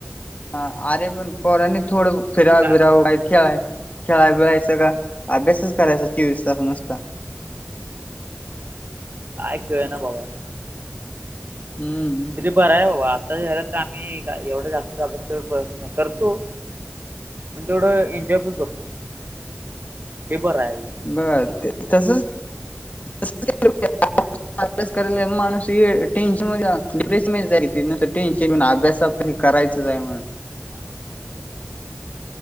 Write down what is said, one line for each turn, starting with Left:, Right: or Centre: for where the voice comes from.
Left: हा, अरे पण पोरानी थोड फिराव
Right: का-
Left: बिराव, काय खे खेळाय बिळायच का? अभ्यासच करायचा चोवीस तास नूसता.
Right: काय कळना बाबा.
Left: हम्म.
Right: ते बरंय बाबा, आता च्यायला तर आम्ही एवढं जास्त अभ्यास करत नाय, करतो. पण तेवढं एन्जॉय पण करतो, ते बरंय आनी.
Left: बर ते तसच तसच केल पाहिजे. अभ्यास कराला माणूस हे टेनशन मधे डप्रेशन मधी जाईल, टेनशन घेऊन अभ्यासात हे करायचंच आहे म्हण.
Right: राज